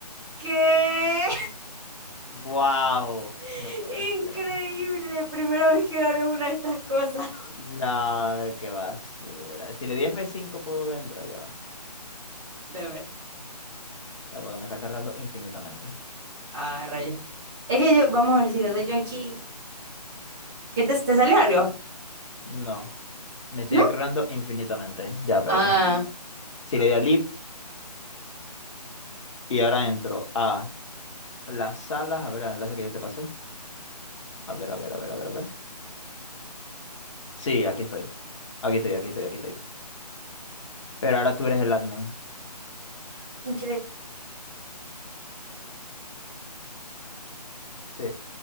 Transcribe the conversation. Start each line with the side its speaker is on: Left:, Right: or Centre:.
Centre: ¿Qué?
Left: Wow.
Centre: <laughs>
Left: No puede
Centre: Increíble.
Left: ser.
Centre: Primera vez que gano una de estas cosas.
Left: No, qué basura. Si le di F5 puedo entrar, ya va.
Centre: De a ver.
Left: Ya, porque me está cargando infinitamente.
Centre: Ah, rayos. Es que yo, vamos a ver si le doy yo aquí. ¿Qué te, te sale algo?
Left: No, me sigue
Centre: ¿No?
Left: cargando infinitamente. Ya, espérate.
Centre: Ah,
Left: Si le doy a Leave y ahora entro a las salas, a ver el enlace que yo te pasé. A ver, a ver, a ver, a ver, a ver. Sí, aquí estoy. Aquí estoy, aquí estoy, aquí estoy. Pero ahora tú eres el admin.
Centre: increíble.
Left: Sí,